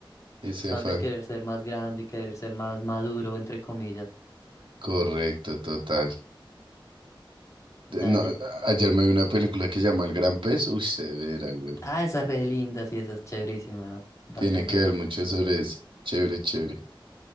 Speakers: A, on the right (about 70°); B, on the left (about 35°).
A: ese
B: ese afán
A: afán.
B: de querer ser más grande y querer ser más maduro, entre comillas.
A: Correcto, total.
B: Dale.
A: De- No, a- ayer me vi una película que se llama El Gran Pez. Uy, severa, güey.
B: Ah, esa es re linda, sí, esa es chéverísima. Bacana,
A: Tiene que ver mucho sobre eso. Chévere, chévere.